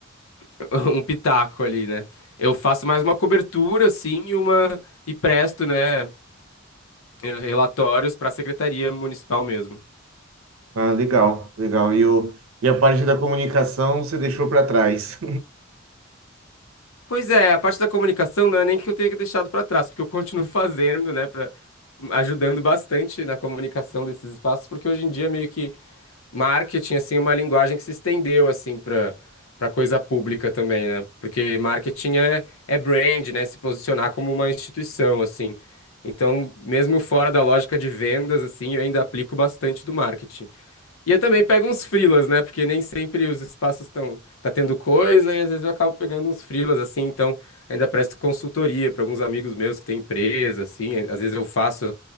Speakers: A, on the left (about 80°); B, on the right (about 85°).
A: <laughs> um pitaco ali, né? Eu faço mais uma cobertura, assim, e uma, e presto, né, eh, relatórios para a Secretaria Municipal mesmo.
B: Ah, legal, legal. E, o, e a parte da comunicação você deixou para trás.
A: Pois é, a parte da comunicação não é nem que eu tenha deixado para trás, porque eu continuo <laughs> fazendo, né, para ajudando bastante na comunicação desses espaços, porque hoje em dia meio que marketing assim é uma linguagem que se estendeu assim para para coisa pública também, né? Porque marketing é é brand, né, se posicionar como uma instituição assim. Então, mesmo fora da lógica de vendas assim, eu ainda aplico bastante do marketing. E eu também pego uns frilas, né? Porque nem sempre os espaços estão tá tendo coisa e às vezes eu acabo pegando uns frilas assim, então ainda presto consultoria para alguns amigos meus que têm empresa, assim, às vezes eu faço